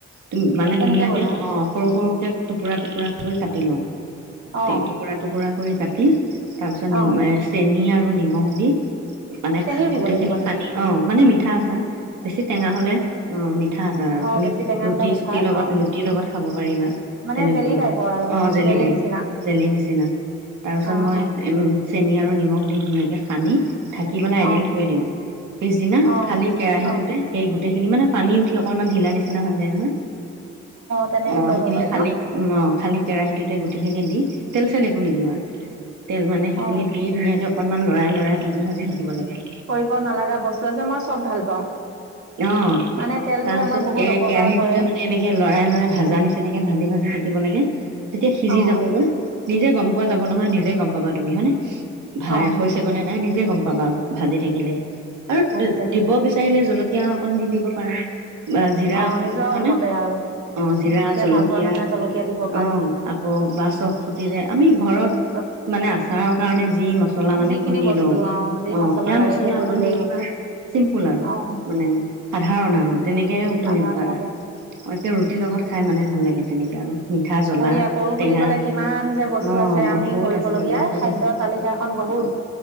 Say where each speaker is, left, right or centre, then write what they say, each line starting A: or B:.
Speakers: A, on the right (about 80°); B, on the right (about 70°).
A: তুমি মানে
B: কেনেকে
A: ধুনীয়াকে
B: বনোৱা?
A: অ সৰু সৰুকে টুকুৰা -টুকুৰা কৰি কাটি লওঁ।
B: অ',
A: টুকুৰা -টুকুৰাকৈ কৰি কাটি তাৰ পিছত নি
B: অ',
A: চেনি, আৰু নিমখ, দি মানে
B: চেনিও দিব
A: গোটেই
B: লাগিব
A: খিনি
B: নেকি?
A: খানি অ মানে মিঠা আচাৰ, বেছি টেঙা হ'লে- অ মিঠা আছাৰ আৰু
B: অ',
A: তুমি
B: বেছি টেঙা
A: ৰুটি
B: হ'লে মিঠা
A: -চুটিৰ লগত
B: অ',
A: ৰুটিৰ লগত খাব পাৰিবা।
B: মানে
A: তেনেকুৱা
B: জেলি
A: আৰু
B: টাইপৰ
A: অ জেলি, টাইপ।
B: নিচিনা
A: জেলি, নিচিনা তাৰ পিছত
B: অ',
A: মই
B: অ',
A: চেনি, আৰু নিমখ, দি ধুনীয়াকে সানি। ঢাকি পেলাই এদিন
B: অ',
A: থৈ দিওঁ পিছদিনা
B: অ',
A: খালি কেৰাহীটোতে
B: অ',
A: সেই গোটেইখিনি মানে পানী উঠি অকণমান ঢিলা নিচিনা হৈ যায় নহয়
B: তেনেকে
A: অ
B: কৰিব
A: সেইখিনি
B: পাৰি
A: খালি।
B: ন?
A: অ খালি কেৰাহীটোতে গোটেইখিনি দি তেল চেল একো নিদিওঁ আৰু তেল, মানে সেইখিনি
B: অ',
A: দি ধুনীয়াকৈ অকণমান লৰাই লৰাই ভাজি -ভাজি থাকিব লাগে।
B: ব নালাগা বস্তু আছে মই চব ভাল পাওঁ।
A: অ',
B: মানে তেলটোৱে
A: তাৰ পিছত
B: আমাক বহুত
A: কে
B: অপকাৰ
A: কেৰাহীটোতে
B: কৰে
A: মানে এনেকে লৰাই, লৰাই ভাজা নিচিনাকে ভাজি, ভাজি থাকিব লাগে তেতিয়া সিজি
B: অ',
A: যাব গৈ। নিজে গম পোৱা যাব, নহয় নিজে গম পাবা তুমি, হয়নে ভ
B: অ',
A: হৈছে। নাই নিজে গ'ম পাবা ভাজি থাকিলে, আৰু
B: ভাজি থাকিলে।
A: দিব বিচাৰিলে জল কীয়া অকণ দি দিব পাৰা। বা জিৰা
B: অ',
A: অকন
B: নিজৰ
A: হয় ন,
B: মতে আৰু
A: অ', জিৰা, জলকীয়া
B: ভাল পোৱা মানুহে
A: অ'।
B: জলকীয়া দিব পাৰে।
A: অ', বা চব কুটিৰে আমি ঘৰত
B: চব
A: মানে আচাৰৰ কাৰণে যি মছলা মানে
B: যিখিনি
A: খুন্দি
B: বস্তু
A: লও,
B: যি
A: অ', সেয়া
B: লাগে
A: মছলা
B: সেইটো
A: অকণ
B: দিলেই
A: দি দিবা।
B: হ'ল
A: চিম্পুল, আৰু
B: অ'।
A: মানে সাধাৰণ আৰু তেনেকে
B: সাধাৰণভাৱে
A: তুমি পাৰা। অ', তেওঁ ৰুটিৰ, লগত খাই মানে ভাল লাগে তেনেকে আৰু। মিঠা, জ্বলা,
B: হয় দিয়া কৰো
A: টেঙা
B: বুলি ক'লে কিমান যে বস্তু
A: অ',
B: আছে
A: বহুত
B: আমি কৰিবলগীয়া
A: আছে, বহুত
B: খাদ্য
A: আছে।
B: তালিকাখন বহুত।
A: অ,